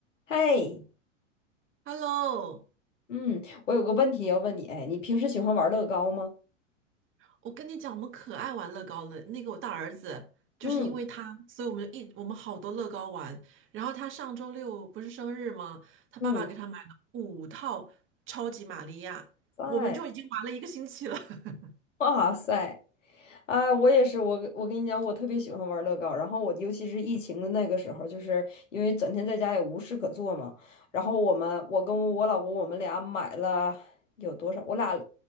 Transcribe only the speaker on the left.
嘿，
嗯，我有个问题要问你，哎，你平时喜欢玩乐高吗？
嗯
嗯，在，
哇塞，啊，我也是，我跟我跟你讲，我特别喜欢玩乐高。然后我尤其是疫情的那个时候，就是因为整天在家也无事可做嘛。然后我们，我跟我老公，我们俩买了有多少？我俩